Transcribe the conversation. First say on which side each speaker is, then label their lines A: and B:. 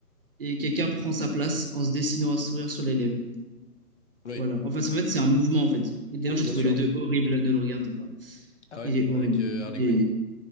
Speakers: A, on the right; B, on the left.
A: et quelqu'un prend sa place en se dessinant un sourire sur les lèvres.
B: Oui,
A: Voilà. En fait, en fait, c'est un mouvement en fait. Et d'ailleurs,
B: oui,
A: j'ai
B: bien
A: trouvé
B: sûr.
A: le 2 horrible, ne le regarde pas.
B: Ah ouais,
A: Il est horrible.
B: avec euh, Harley
A: Il
B: Quinn.
A: est...